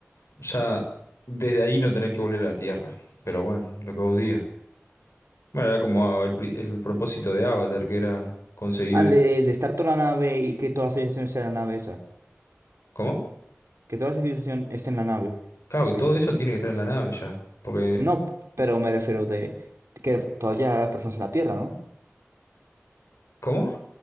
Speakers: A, on the left; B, on the right.
A: ya desde ahí no tener que volver a la Tierra. Pero bueno, lo que vos digas. Bueno, era como el, pri- el propósito de Avatar, que era conseguir.
B: Ah, de, de estar toda la nave y que toda la civilización sea la nave esa.
A: ¿Cómo?
B: Que toda la civilización esté en la nave.
A: Claro,
B: Ok.
A: y todo eso tiene que estar en la nave ya. Porque.
B: No, pero me refiero de que todavía haya personas en la Tierra, ¿no?
A: ¿Cómo?